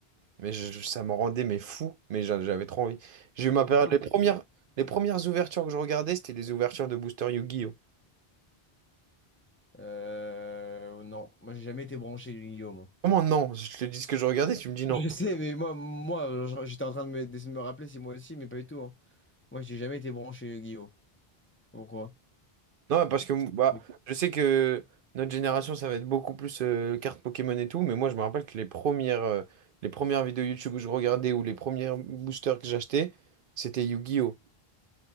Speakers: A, on the right; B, on the left.
A: mais je- je- ça m'en rendait mais fou mais j'a- j'avais trop envie j'ai eu ma période
B: Putain.
A: les premières les premières ouvertures que je regardais c'était les ouvertures de booster Yu-Gi-Oh!
B: Euh, non, moi, j'ai jamais été branché, Guillaume.
A: Comment non? Je te dis ce que je regardais tu
B: <laughs>
A: me dis non
B: Je sais, mais moi, moi je- j'étais en train de me, de me rappeler si moi aussi, mais pas du tout. hein. Moi, j'ai jamais été branché, Guillaume. Pourquoi?
A: Non, parce que bah,
B: Mais
A: je sais que notre génération, ça va être beaucoup plus euh, cartes Pokémon et tout, mais moi, je me rappelle que les premières, euh, les premières vidéos YouTube que je regardais ou les premiers boosters que j'achetais, c'était Yu-Gi-Oh!